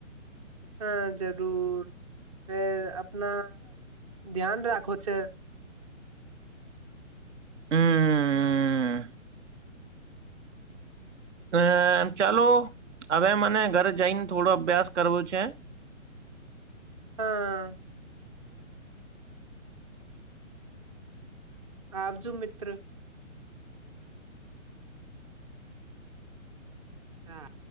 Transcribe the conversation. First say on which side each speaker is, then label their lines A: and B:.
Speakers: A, on the right (about 25°); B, on the right (about 60°).
A: હા જરૂર. એે આપના ધ્યાન રાખો છે.
B: હમ અ ચાલો હવે મને ઘરે જઈને થોડો અભ્યાસ કરવો છે.
A: હા. આવજું મિત્ર. હા